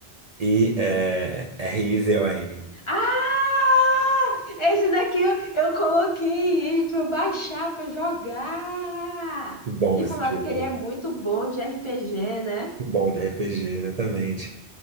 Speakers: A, on the right; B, on the left.
A: e é, R-I-Z-O-N.
B: Ah! Esse daqui eu, eu coloquei ele pra eu baixar, pra eu jogar.
A: Que bom
B: Que
A: esse
B: falaram
A: jogo.
B: que ele é muito bom de RPG, né?
A: Bom de RPG, exatamente.